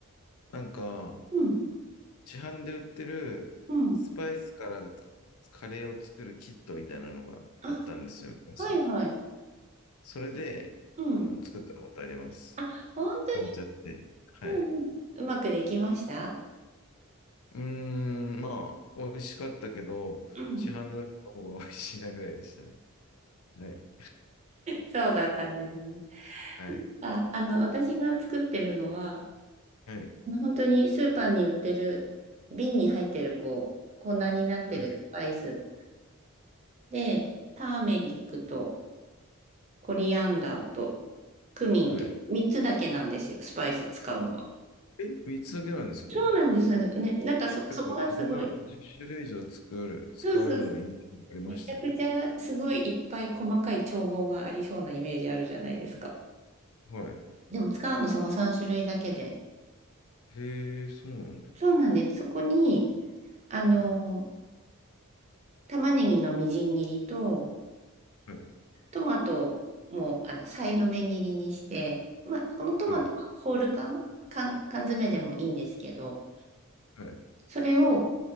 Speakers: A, on the left; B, on the right.
A: なんか、
B: うん。
A: 市販で売ってるスパイスから
B: うん。
A: カレーを作るキットみたいなのがあったんですよ、
B: あ、
A: 昔。
B: はいはい。
A: それで、
B: うん。
A: あの、作ったことあります。
B: あ、本当に
A: なんちゃって。はい。
B: うんうん。うまくできました
A: うーん、まあ、美味しかったけど、
B: うん。
A: 市販の方が美味しいなぐらいでしたね。はい。
B: そうだったんですね。
A: はい。
B: あ、あの、私が作ってるのは、
A: はい。
B: あの本当にスーパーに売ってる、瓶に入ってる、こう、粉になってるスパイス
A: はい。
B: で、ターメリックとコリアンダーとクミンって3つだけなんですよ、
A: はい。
B: スパイス使うのは。
A: え、3つだけなんですか
B: そうなんですよね。なんかそ、
A: 結構10な、
B: そこがすごい。
A: 1種類以上作る、使うような印象がありましたけど。
B: そうそう。めちゃくちゃすごいいっぱい細かい調合がありそうなイメージあるじゃないですか。
A: はい。
B: でも使うのその3種類だけで。
A: へえ、そうなんだ。
B: そうなんです。そこに、あの、
A: はい。
B: 玉ねぎのみじん切りと、
A: はい。
B: トマトも、あの、さいの目切りにして、まあ、このトマトはホール缶、
A: はい。
B: 缶、缶詰でもいいんですけど、
A: はい。
B: それを